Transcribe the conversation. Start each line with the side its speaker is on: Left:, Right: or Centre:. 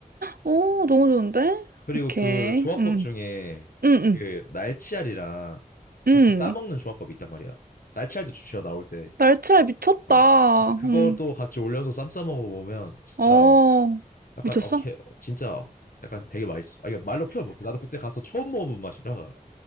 Right: 오, 너무 좋은데?
Left: 그리고
Right: 오케이.
Left: 그 조합법
Right: 음,
Left: 중에
Right: 음, 음,
Left: 그 날치알이랑
Right: 음.
Left: 같이 싸먹는 조합법이 있단 말이야. 날치알도 주셔 나올 때.
Right: 날치알 미쳤다.
Left: 어. 그래서 그것도
Right: 음,
Left: 같이 올려서 쌈 싸 먹어보면 진짜
Right: 어,
Left: 약간
Right: 미쳤어?
Left: 어, 개, 진짜 약간 되게 맛있어. 아 이게 말로 표현 못해. 나도 그때 가서 처음 먹어본 맛이라